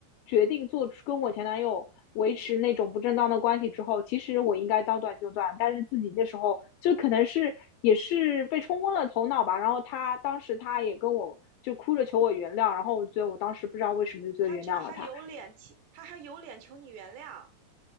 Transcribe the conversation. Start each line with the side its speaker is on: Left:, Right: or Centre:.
Left: 决定做出跟我前男友维持那种不正当的关系之后，
Right: 嗯，
Left: 其实我应该当断就断，但是自己那时候就可能是也是被冲昏了头脑吧。然后他当时他也跟我就哭着求我原谅，然后我觉得我当时不知道为什么就觉得原谅了他。
Right: 他居然还有脸，他还有脸求你原谅。